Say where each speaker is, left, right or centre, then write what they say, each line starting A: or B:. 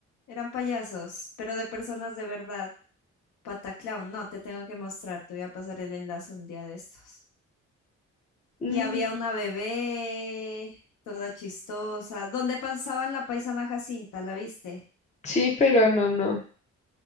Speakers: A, on the left; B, on the left.
A: Eran payasos, pero de personas de verdad. Pataclown, no, te tengo que mostrar, te voy a pasar el enlace un día de estos.
B: Mm,
A: Y había una bebé, toda chistosa. ¿Dónde pasaban la paisana Jacinta? ¿La viste?
B: sí, pero no, no.